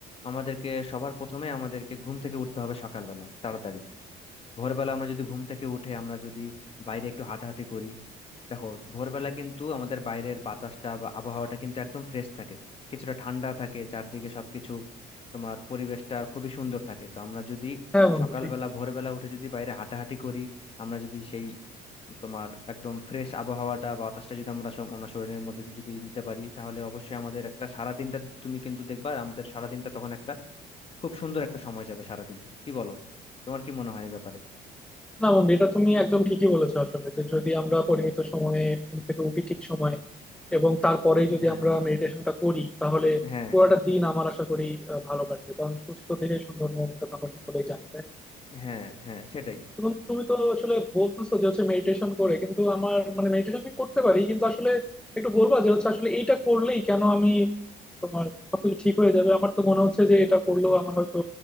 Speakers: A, on the left (about 35°); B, in the centre.
A: আমাদেরকে সবার প্রথমে আমাদেরকে ঘুম থেকে উঠতে হবে সকালবেলা তাড়াতাড়ি ভোরবেলা আমরা যদি ঘুম থেকে উঠে আমরা যদি বাইরে একটু হাঁটাহাঁটি করি দেখো ভোরবেলা কিন্তু আমাদের বাইরের বাতাসটা বা আবহাওয়াটা কিন্তু একদম ফ্রেশ থাকে কিছুটা ঠান্ডা থাকে চারদিকে সবকিছু তোমার পরিবেশটা খুবই সুন্দর থাকে তো আমরা যদি
B: হ্যাঁ বন্ধু
A: সকালবেলা
B: ঠিক
A: ভোরবেলা উঠে যদি বাইরে হাঁটাহাঁটি করি আমরা যদি সেই তোমার একদম ফ্রেশ আবহাওয়াটা বা বাতাসটা যদি আমরা সব আমরা শরীরের মধ্যে যদি নিতে পারি তাহলে অবশ্যই আমাদের একটা সারাদিনটা তুমি কিন্তু দেখবা আমাদের সারাদিনটা তখন একটা খুব সুন্দর একটা সময় যাবে সারাদিনটা কি বলো তোমার কি মনে হয় এই ব্যাপারে
B: না বন্ধু এটা তুমি একদম ঠিকই বলেছো আসলে যে যদি আমরা পরিমিত সময়ে ঘুম থেকে উঠি ঠিক সময়ে এবং তারপরেই যদি
A: হ্যাঁ
B: আমরা মেডিটেশনটা করি তাহলে
A: হ্যাঁ
B: পুরোটা দিন আমার আশা করি আহ, ভালো কাটবে কারণ সুস্থ দেহে সুন্দর মন এটা তো আমরা সকলেই জানি তাই না
A: হ্যাঁ হ্যাঁ সেটাই
B: এবং তুমি তো আসলে বলতেছো যে হচ্ছে মেডিটেশন করে কিন্তু আমার মানে মেডিটেশন আমি করতে পারি কিন্তু আসলে একটু বলবা যে হচ্ছে আসলে এইটা করলেই কেন আমি তোমার সবকিছু ঠিক হয়ে যাবে আমার তো মনে হচ্ছে যে এটা করলেও আমার হয়তো